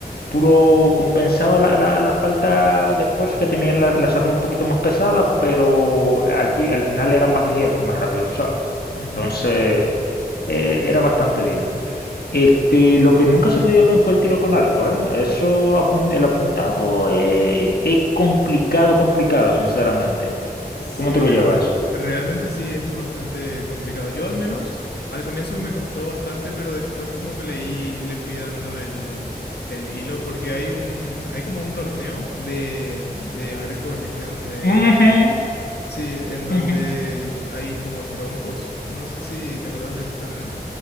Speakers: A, on the left; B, on the left.
A: puro compensaba la, la- la falta de fuerza que tenían las, las armas un poquito más pesadas, pero al, fi- al final era más ligero y más rápido, tú sabes.
B: ujú.
A: Entonces, eh, era bastante bien. Este, lo que nunca se me dio bien fue el tiro con arco, ¿eh? Eso, apun- el apuntado eh, es complicado, complicado, sinceramente.
B: Sí,
A: ¿Cómo tú
B: re-
A: lo llevas?
B: realmente sí, es bastante complicado. Yo al menos al comienzo me costó bastante, pero después como que leí, le fui dando el, el hilo, porque hay un, hay como un torneo de, de arco en este donde,
A: Ujú,
B: sí, en donde
A: ujú.
B: hay como troncos. No sé si te acordás de ese torneo.